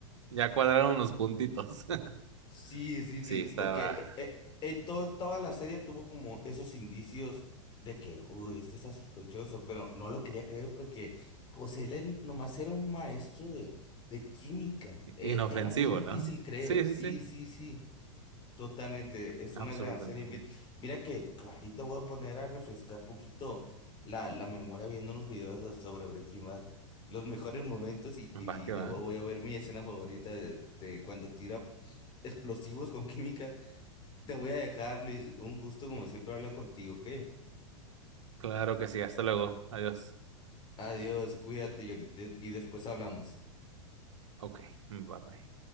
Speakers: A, on the right (about 60°); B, on the left (about 30°).
A: ya cuadraron los puntitos. <laughs>
B: sí, sí,
A: Sí,
B: sí,
A: estaba
B: porque eh, eh, él todo, toda la serie tuvo como esos indicios de que, uy, este está sospechoso, pero no lo quería creer porque, pues él en- nomás era un maestro de, de química, eh,
A: inofensivo,
B: era muy difícil
A: ¿no?
B: creer,
A: Sí,
B: sí,
A: sí, sí.
B: sí, sí. Totalmente, es una
A: Absolutamente.
B: gran serie. Vi- Mira que ahorita voy a poner a refrescar poquito la, la memoria viendo unos videos de- sobre Breaking Bad, los mejores momentos y, y
A: Va que
B: de
A: va.
B: huevo voy a ver mi escena favorita de, de cuando tira explosivos con <laughs> química. Te voy a dejar, Luis, un gusto como siempre hablar contigo, ¿qué?
A: Claro que sí. Hasta luego. Adiós.
B: Adiós, cuídate y ahorita- y después hablamos.
A: Ok. Bye bye.